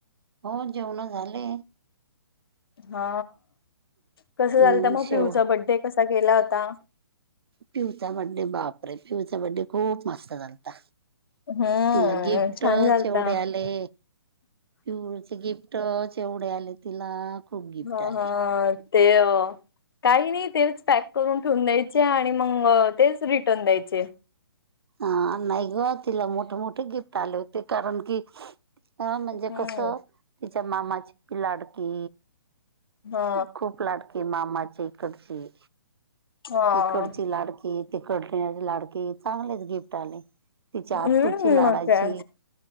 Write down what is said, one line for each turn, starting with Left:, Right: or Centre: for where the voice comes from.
Right: हो जेवणं झाले.
Left: हा कसं
Right: हम्म,
Left: झालतं मग
Right: शेव
Left: पिऊचा बडडे कसा केला होता?
Right: पिऊचा बड्डे बापरे, पिऊचा बड्डे खूप मस्त झालता.
Left: हम्म
Right: तिला गिफ्टच
Left: छान झालता
Right: एवढे आले. पियूचे गिफ्ट फ्टचं एवढे आले तिला खूप गिफ्ट
Left: हा
Right: आले
Left: हा ते काही नाही तेच पॅक करून ठेवून द्यायचे आणि मग तेच रिटर्न द्यायचे.
Right: हा नाही ग तिला मोठे मोठे गिफ्ट आले होते, कारण की अ म्हणजे
Left: हम्म
Right: कसं? तिच्या मामाची ती लाडकी.
Left: हा
Right: खूप लाडकी मामाच्या इकडची.
Left: हा
Right: इकडची लाडकी, तिकडची लाडकीे चांगलेच गिफ्ट आले. तिच्या
Left: हम्म
Right: आतूची लाडाची.
Left: मग काय